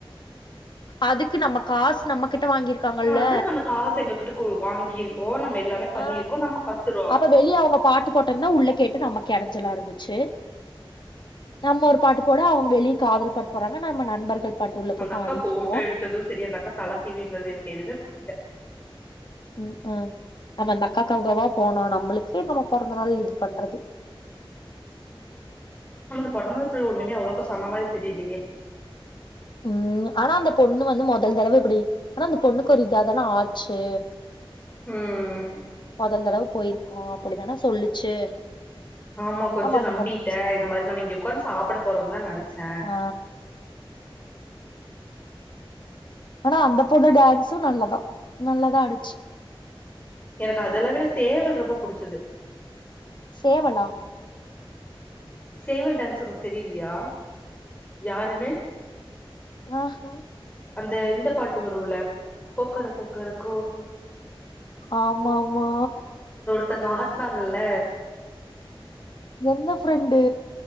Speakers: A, on the left (about 55°); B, on the left (about 20°).
A: அதுக்கு நம்ம காசு நம்ம கிட்ட வாங்கிருக்காங்கல்ல
B: நா அத சொன்ன காசு எங்க கிட்ட வாங்கிருக்கோ நம்ம எல்லாமே பண்ணிருக்கோ
A: ஆ
B: நம்ம கத்துறோ
A: அப்ப வெளிய அவுங்க பாட்டு போட்டாங்கனா உள்ள கேட்டு நம்ம எடஞ்சலா இருந்துச்சு நம்ம ஒரு பாட்டு போட அவுங்க வெளிய காதல் பாட்டு போறாங்க நம்ம நண்பர்கள் பாட்டு உள்ள போட்டு
B: அந்த அக்கா
A: ஆடிட்டு
B: போட்டோ
A: இருந்தோ
B: எடுத்ததும் சரி அந்த அக்கா தல சீவி இருந்தது எனக்கு எதுவுமே புடிக்கல
A: உம்-ஆ நம்ம இந்த அக்காக்காவோ போனோ நம்மளுக்கு நம்ம பொறந்த நாள் இது பண்றது
B: நமது பொறந்தநாளுக்குள்ள ஒன்னுமே அவ்வளவுக்கு சொன்ன மாதிரி தெரியலயே
A: உம் ஆனா அந்த பொண்ணு வந்து மொதல் தடவ இப்டி ஆனா அந்த பொண்ணுக்கு ஒரு இதாதானே ஆச்சு
B: ம்
A: மொதல் தடவ போயிருக்கோ அப்படிதானா சொல்லுச்சு
B: ஆமா கொஞ்சோ
A: நம்ம அந்த
B: நம்பிட்டே
A: பொண்ண மிஸ்
B: இந்த மாதிரி நம்ம இங்க ஒக்காந்து சாப்ட போறோம் தான் நெனச்சே <inaudible>
A: ஆ ஆனா அந்த பொண்ணு டான்ஸும் நல்லதா நல்லதா ஆடுச்சு
B: எனக்கு அதெல்ல விட சேவல் ரொம்ப புடிச்சது
A: சேவலா
B: சேவல் டேன்ஸ் ஒனக்கு தெரியலியா யாருனு
A: ஆஹா
B: அந்த இந்த பாட்டு வரும்ல கொக்கர-கொக்கர கோ
A: ஆமா- ஆமா
B: ஒருத்தங்க ஆட்டுனாங்கள்ல
A: எந்த ஃப்ரெண்டு